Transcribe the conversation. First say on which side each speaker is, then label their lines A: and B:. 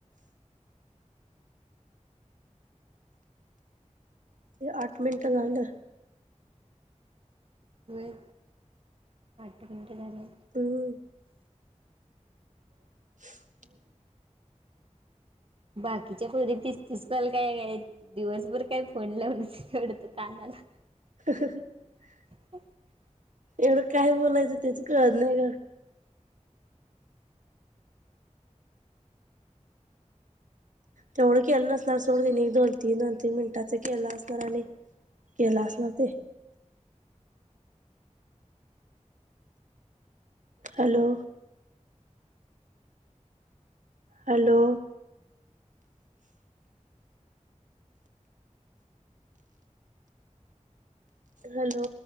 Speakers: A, on the right; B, on the right.
A: ते अठ मिनट झाल.
B: होय आठ मिनट झालं
A: हं. <inaudible>
B: बाकीच्या पोरी तीस तीस कॉल काय दिवसभर काय फोन लावूनच ठेवत कानाला.
A: <inaudible>
B: <inaudible>
A: एवढं काय बोलायचं, तेच कळत नाही गं. तेवढं केलं नसणार सोडं तेनी, एक दोन तीन दोन तीन मिनिटांच केलं असणार आणि केलं असणार ते. हॅलो. हॅलो. हॅलो.